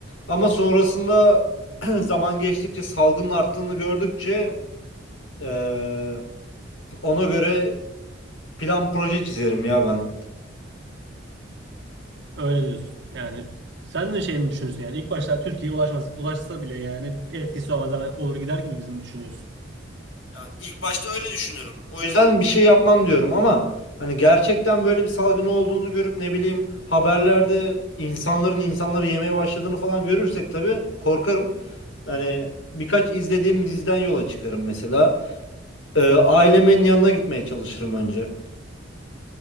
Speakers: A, on the left; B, on the right.
A: Ama sonrasında <clears throat> zaman geçtikçe salgının arttığını gördükçe eee, ona göre plan proje çizerim ya ben.
B: Öyle diyorsun. Yani sen de şeyini düşünüyorsun yani ilk başta Türkiye'ye ulaşmaz, ulaşsa bile yani etkisi olmaz hemen olur gider gibi mi düşünüyorsun.
A: Yani ilk başta öyle düşünüyorum. O O yüzden yüzden bir şey yapmam diyorum ama hani gerçekten böyle bir salgın olduğunu görüp ne bileyim haberlerde insanların insanları yemeye başladığını falan görürsek tabii korkarım. Hani birkaç izlediğim diziden yola çıkarım mesela. Ee, ailemin yanına gitmeye çalışırım önce.